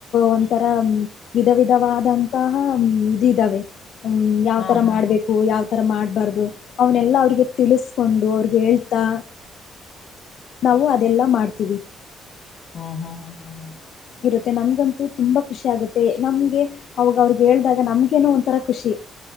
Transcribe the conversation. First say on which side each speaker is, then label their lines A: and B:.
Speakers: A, on the left; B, on the left.
A: ಒಂಥರ ವಿಧ ವಿಧವಾದಂತಹ. ಹ್ಮ್ ಇದ್ ಇದಾವೆ. ಹ್ಮ ಯಾವ್
B: ಹಾ
A: ತರ
B: ಹಾ
A: ಮಾಡ್ಬೇಕು
B: ಹಾ
A: ಯಾವ್ ತರ ಮಾಡ್ಬಾರ್ದು ಅವ್ನೆಲ್ಲಾ ಅವ್ರಿಗೆ ತಿಳಿಸ್ಕೊಂಡು ಅವ್ರಿಗ್ ಹೇಳ್ತಾ ನಾವು ಅದೆಲ್ಲಾ ಮಾಡ್ತೀವಿ.
B: ಹ್ಮ್ ಹ್ಮ್ ಹ್ಮ್.
A: ತೆ ನಮ್ಗಂತೂ ತುಂಬಾ ಖುಷಿ ಆಗುತ್ತೆ ನಮ್ಗೆ ಅವಾಗ್ ಅವ್ರ್ಗ ಹೇಳಿದಾಗ ನಮ್ಗೇನೊ ಒಂಥರ ಖುಷಿ.